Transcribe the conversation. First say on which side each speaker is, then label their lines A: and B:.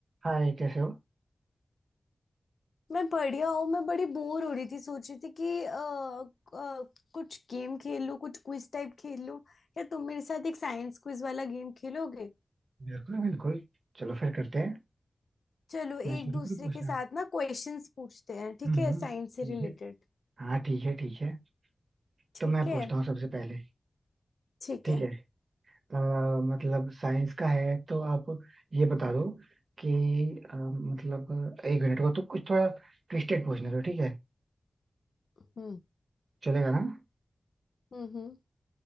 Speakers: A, on the right (about 60°); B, on the left (about 80°).
A: हाय कैसे हो
B: मैं बढ़िया हूँ मैं बड़ी बोर हो रही थी सोच रही थी कि अ, अ, कुछ गेम खेल लूँ कुछ क्विज टाइप खेल लूँ या तुम मेरे साथ एक साइंस क्विज वाला गेम खेलोगे
A: बिल्कुल बिल्कुल चलो फिर करते हैं
B: चलो एक
A: मैं शुरू
B: दूसरे
A: करूँ पूछना
B: के साथ ना क्वेश्चंस पूछते हैं ठीक
A: हम्म
B: है
A: हम्म,
B: साइंस से
A: ठीक
B: रिलेटेड
A: है हाँ ठीक है ठीक है
B: ठीक
A: तो मैं
B: है
A: पूछता हूँ सबसे पहले
B: ठीक
A: ठीक
B: है
A: है अ, मतलब साइंस का है तो आप ये बता दो कि अ, मतलब एक मिनट को तो कुछ थोड़ा ट्विस्टेड पूछने दो ठीक है
B: हम्म
A: चलेगा ना
B: हम्म